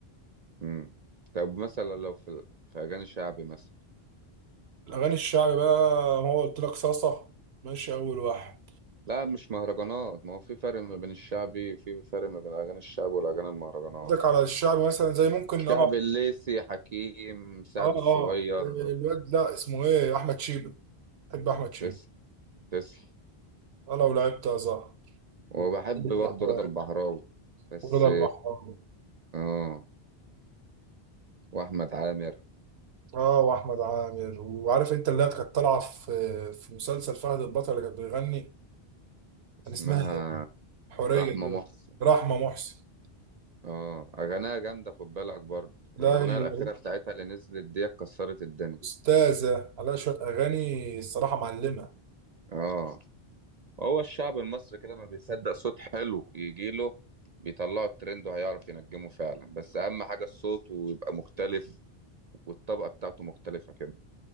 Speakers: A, on the right (about 50°); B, on the right (about 75°).
A: امم طب مثلا لو في في اغاني شعبي مثلا
B: الأغاني الشعبي بقى هو قلت لك صاصة ماشي أول واحد
A: لا مش مهرجانات ما هو في فرق ما بين الشعبي في فرق ما بين الاغاني الشعبي والاغاني المهرجانات
B: قصدك على الشعبي مثلا زي ممكن اه
A: شعبي الليسي حكيم سعد
B: اه
A: الصغير
B: اه الواد لا اسمه ايه أحمد شيبة بحب أحمد شيبة
A: تسلم تسلم
B: أنا لو لعبت أزهر
A: وبحب
B: وبيبي
A: برضه
B: الأحوال
A: رضا البحراوي بس
B: ورضا البحراوي
A: اه واحمد عامر
B: اه وأحمد عامر وعارف أنت اللي كانت طالعة في في مسلسل فهد البطل اللي كانت بيغني
A: اسمها
B: كان اسمها إيه؟ حورية
A: رحمة
B: دي
A: محسن
B: رحمة محسن
A: اه اغانيها جامدة خد بالك برضه والاغنية
B: لا هي
A: الاخيرة بتاعتها اللي نزلت دي كسرت الدنيا
B: أستاذة عليها شوية أغاني الصراحة معلمة
A: اه هو الشعب المصري كده ما بيصدق صوت حلو يجي له بيطلعه ترند وهيعرف ينجمه فعلا بس اهم حاجه الصوت ويبقى مختلف والطبقه بتاعته مختلفه كده